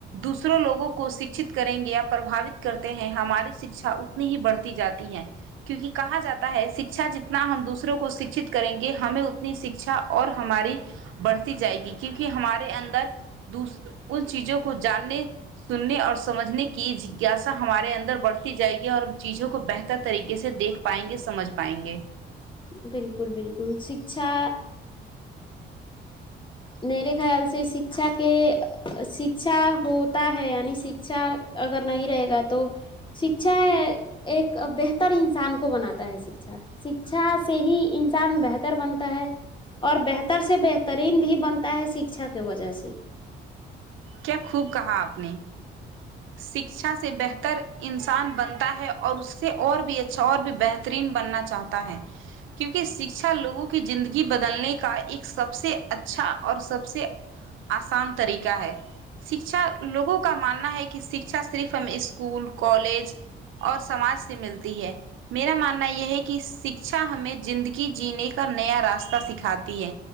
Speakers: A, on the right; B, on the left.
A: دوسروں لوگوں کو شکچھت کریں گے یا پربھوت کرتے ہیں ہماری شکچھا اتنی ہی بڑھتی جاتی ہے کیونکہ کہا جا تا ہے شکچھا جتنا ہم دوسروں کو شکچھت کریں گے ہمیں اتنی شکچھا اور ہماری بڑھتی جائے گی کیونکہ ہمارے اندر دوس ان چیزوں کو جاننے سننے اور سمجھنے کی جگیسا ہمارے اندر بڑھتی جائے گی اور ہم چیزوں کو بہتر طریقے سے دیکھ پائیں گے سمجھ پائیں گے
B: بالکل بالکل شکچھا میرے خیال سے شکچھا کے شکچھا ہوتا ہے یعنی شکچھا اگر نہیں رہے گا تو شکچھا ہے ایک بہتر انسان کو بناتا ہے شکچھا شکشا سے ہی انسان بہتر بنتا ہے اور بہتر سے بہترین بھی بنتا ہے شکشا کے وجہ سے
A: کیا خوب کہا آپ نے شکچھا سے بہتر انسان بنتا ہے اور اس سے اور بھی اچھا اور بھی بہترین بننا چاہت تا ہے کیونکہ شکشا لوگوں کی زندگی بدلنے کا ایک سب سے اچھا اور سب سے آسان طریقہ ہے شکچھا لوگوں کا ماننا ہے کہ شکچھا صرف ہمیں اسکول کالج اور سماج سے ملتی ہے میرا ماننا یہ ہے کہ شکچھا ہمیں زندگی جینے کا نیا راستہ سکھاتی ہے